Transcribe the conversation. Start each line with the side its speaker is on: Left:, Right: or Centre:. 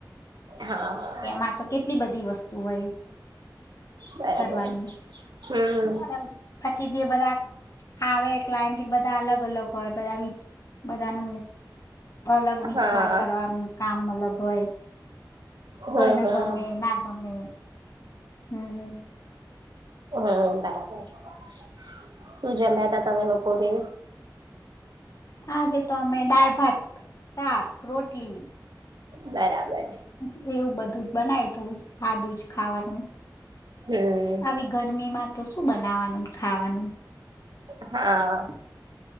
Right: હા
Left: એમાં તો કેટલી બધી વસ્તુ તો હોય
Right: બરાબર,
Left: કરવાની
Right: હમ.
Left: અને પછી જે બધા આવે ક્લાયન્ટ બધા અલગ અલગ હોય બધા બધા ન અલગ વિજ
Right: હા
Left: હોય કરવાનું કામ અલગ હોય,
Right: હમ
Left: કોઈને
Right: હમ
Left: ગમે ના ગમે. હમ.
Right: હમ બરાબર, શું જમ્યા ત તમે બપોરે?
Left: આજે તો અમે દાળ ભાત શાક રોટલી.
Right: બરાબર
Left: હ એવું બધું જ બનાય તું. ખાધું જ ખાવાનું.
Right: હમ
Left: આવી ગરમીમાં તો શું બનાવાનું ખાવાનું.
Right: હા.